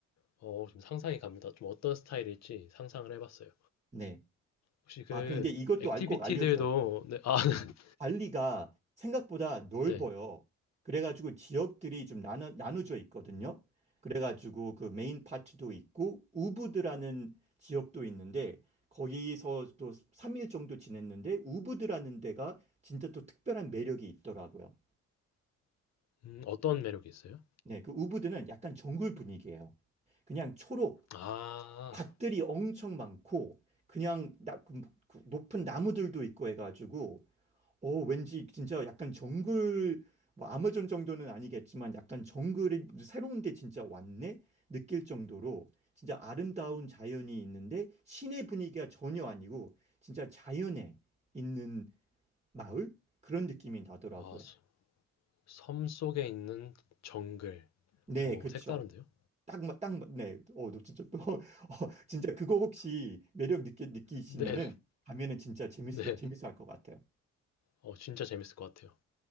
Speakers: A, on the left; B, on the right.
A: 어, 좀 상상이 갑니다. 좀 어떤 스타일일지 상상을 해봤어요.
B: 네.
A: 혹시 그
B: 아 그런데 이것도
A: 액티비티들도
B: 알 꼭 알려줘야
A: 네, 아, <laughs>
B: 발리가 생각보다 넓어요.
A: 네.
B: 그래가지고 지역들이 좀 나눠, 나눠져 있거든요. 그래가지고 그 메인 파트도 있고 우부드라는 지역도 있는데 거기서 또 3일 정도 지냈는데 우부드라는 데가 진짜 또 특별한 매력이 있더라고요.
A: 음, 어떤 매력이 있어요?
B: 네, 그 우부드는 약간 정글 분위기예요. 그냥 초록,
A: 아,
B: 밭들이 엄청 많고 그냥 나, 그 높은 나무들도 있고 해가지고 오, 왠지 진짜 약간 정글, 뭐 아마존 정도는 아니겠지만 약간 정글이 새로운 데 진짜 왔네? 느낄 정도로 진짜 아름다운 자연이 있는데 시내 분위기가 전혀 아니고 진짜 자연에 있는 마을? 그런 느낌이 나더라고요.
A: 아, 수- 섬 속에 있는 정글.
B: 네,
A: 어,
B: 그쵸.
A: 색다른데요?
B: 딱, 맞- 딱, 맞- 네. 어, 너 진짜 또, <laughs> 어, 진짜 그거 혹시 매력 느끼, 느끼시면은
A: 네,
B: 가면은 진짜 재밌을,
A: 네.
B: 거- 재밌어 할 것 같아요.
A: 어, 진짜 재밌을 것 같아요.